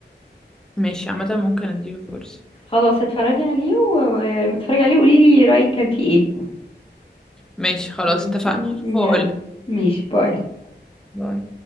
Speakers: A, in the centre; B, on the left.
A: ماشي عامه ممكن اديله فرصه
B: خلاص هتفرجي عليه ولما تتفرجي عليه قولي لي رايك كان فيه ايه
A: ماشي
B: <laughs>
A: خلاص
B: مم.
A: اتفقنا هشوفه
B: يلا
A: واقولك
B: ماشي باي
A: باي